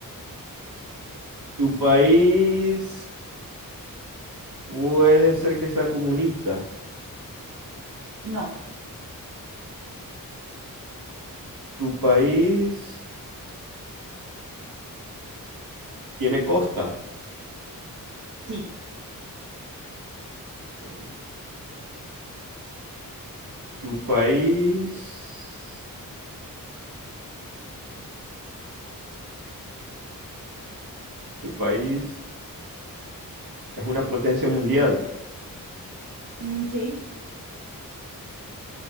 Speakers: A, on the right (about 80°); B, on the right (about 60°).
A: Tu país puede ser que sea comunista.
B: No,
A: Tu país tiene costa.
B: sí.
A: Ok. Tu país. Tu país es una potencia mundial. <laughs>
B: Mm, sí.